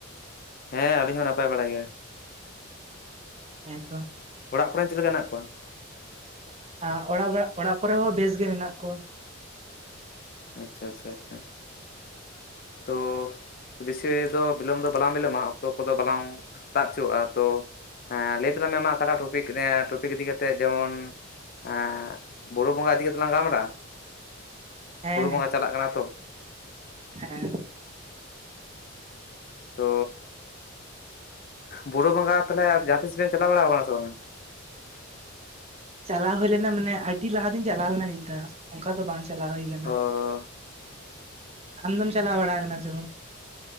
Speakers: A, on the left; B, on the right.
A: ᱦᱮᱸ ᱟᱹᱞᱤᱧ ᱦᱚᱸ ᱱᱟᱯᱟᱭ ᱵᱟᱲᱟ ᱜᱮ
B: ᱦᱮᱸᱛᱚ
A: ᱚᱲᱟᱜ ᱠᱚᱨᱮᱱ ᱪᱮᱫ ᱞᱮᱠᱟ ᱦᱮᱱᱟᱜ ᱠᱚᱣᱟ
B: ᱮ ᱚᱲᱟᱜ ᱚᱲᱟᱜ ᱠᱚᱨᱮ ᱦᱚᱸ ᱵᱮᱥ ᱜᱮ ᱢᱮᱱᱟᱜ ᱠᱚᱣᱟ
A: ᱟᱪᱪᱷᱟ ᱟᱪᱪᱷᱟ ᱟᱪᱪᱷᱟ ᱛᱚ ᱵᱮᱥᱤ ᱫᱚ ᱵᱤᱞᱚᱢ ᱫᱚ ᱵᱟᱞᱟᱝ ᱵᱤᱞᱚᱢᱟ ᱚᱠᱛᱚ ᱠᱚᱫᱚ ᱵᱟᱞᱟᱝ ᱛᱟᱜ ᱦᱚᱪᱚᱣᱟᱜᱼᱟ ᱛᱚ ᱦᱮᱸ ᱞᱟᱹᱭ ᱛᱟᱞᱟᱝ ᱢᱮ ᱢᱟ ᱚᱠᱟᱴᱟᱜ ᱴᱚᱯᱤᱠ ᱴᱚᱯᱤᱠ ᱤᱫᱤ ᱠᱟᱛᱮᱫ ᱡᱮᱢᱚᱱ ᱮ ᱵᱩᱨᱩ ᱵᱚᱸᱜᱟ ᱤᱫᱤ ᱠᱟᱛᱮ ᱞᱟᱝ ᱜᱟᱞᱢᱟᱨᱟᱜᱼᱟ
B: ᱦᱮᱸ
A: ᱵᱩᱨᱩ ᱵᱚᱸᱜᱟ
B: ᱦᱮᱸ
A: ᱪᱟᱞᱟᱜ ᱠᱟᱱᱟ ᱛᱚ
B: ᱦᱮᱸ
A: ᱛᱚ ᱵᱩᱨᱩ ᱵᱚᱸᱜᱟ ᱛᱟᱦᱚᱞᱮ ᱡᱟᱦᱟᱸ ᱛᱤᱥ ᱵᱮᱱ ᱪᱟᱞᱟᱣ ᱵᱟᱲᱟ ᱟᱠᱟᱱᱟ ᱥᱮ ᱵᱟᱝ
B: ᱪᱟᱞᱟᱣ ᱦᱩᱭ ᱞᱮᱱᱟ ᱢᱟᱱᱮ ᱟᱹᱰᱤ ᱞᱟᱦᱟ ᱛᱤᱧ ᱪᱟᱞᱟᱣ ᱞᱮᱱᱟ ᱢᱤᱫ ᱫᱷᱟᱣ ᱚᱱᱠᱟ ᱫᱚ ᱵᱟᱝ ᱪᱟᱞᱟᱣ ᱦᱩᱭ ᱠᱟᱱᱟ
A: ᱚ
B: ᱟᱢ ᱫᱚᱢ ᱪᱟᱞᱟᱣ ᱵᱟᱲᱟ ᱟᱠᱟᱱᱟ ᱥᱮ ᱵᱟᱝ